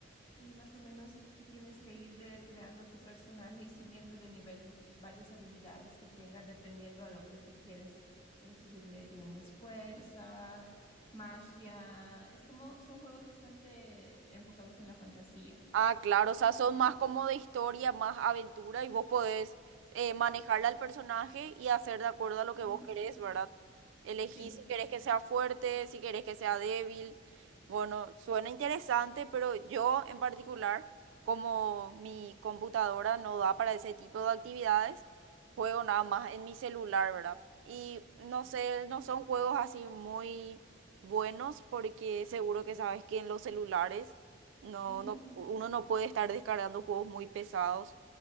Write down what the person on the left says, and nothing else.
Y más o menos tú tienes que ir eh, creando tu personaje y subiendo de nivel s- varias habilidades que tengas dependiendo a lo que tú quieres. Puedes subirle, digamos, fuerza, magia. Es como, son juegos bastante enfocados en la fantasía.
Ajá.
Ujú.
Sí,
sí.
Ujú.